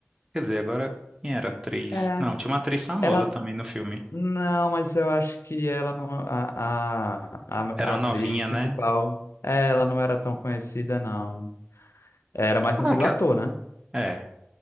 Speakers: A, on the right (about 20°); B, on the left (about 70°).
A: Quer dizer, agora quem era a atriz?
B: É.
A: Não, tinha uma atriz famosa
B: ela
A: também no filme.
B: Não, mas eu acho que ela não. A, a, a,
A: Era
B: a
A: uma
B: atriz
A: novinha,
B: principal,
A: né?
B: é, ela não era tão conhecida, não. Era mais
A: Caraca.
B: conhecido o ator, né?
A: É.